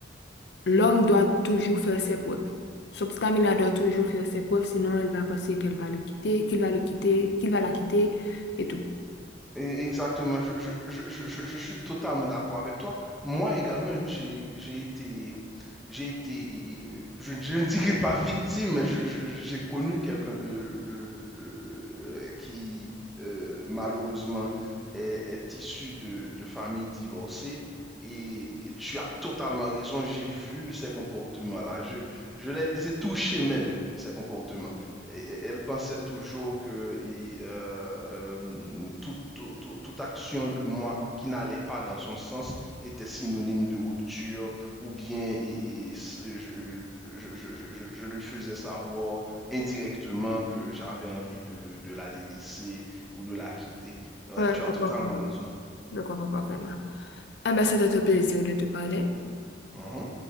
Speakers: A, on the left; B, in the centre.
A: L'homme doit toujours faire ses preuves. Son petit ami-là doit toujours faire ses preuves, sinon elle va penser qu'elle va le quitter, qu'il va le quitter, qu'il va la quitter et tout.
B: Et Exactement, je, je, je, je, je- je suis totalement d'accord avec toi. Moi également, j'ai, j'ai été, j'ai été, je, je ne dirais pas victime, mais je- je- j'ai connu quelqu'un de, de- de- euh, qui, euh, malheureusement, est, est issu de, de familles divorcées. Et tu as totalement raison, j'ai vu ces comportements-là. Je, je les ai touchés même, ces et- elle pensait toujours que et, euh, euh, toute, toute- toute- toute action de moi qui n'allait pas dans son sens était synonyme de rupture, ou bien et- et- et je, je- je- je- je- je lui faisais savoir indirectement que j'avais envie de, de la délaisser ou de la quitter. Ouais,
A: Ouais,
B: tu as
A: je
B: totalement
A: comprends.
B: raison.
A: Je comprends parfaitement. Ah ben, c'était un plaisir de te parler.
B: Mhm.